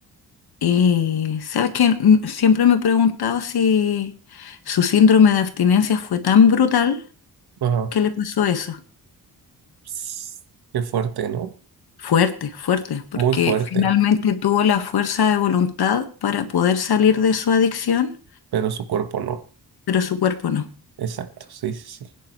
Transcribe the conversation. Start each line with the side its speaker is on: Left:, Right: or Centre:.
Left: Y sabes que siempre me he preguntado si su síndrome de abstinencia fue tan brutal
Right: Ajá.
Left: que le pasó eso.
Right: Ps, Qué fuerte, ¿no?
Left: Fuerte, fuerte, porque
Right: Muy fuerte,
Left: finalmente tuvo la fuerza de voluntad para poder salir de su adicción,
Right: pero su cuerpo no.
Left: pero su cuerpo no.
Right: Exacto, sí, sí, sí.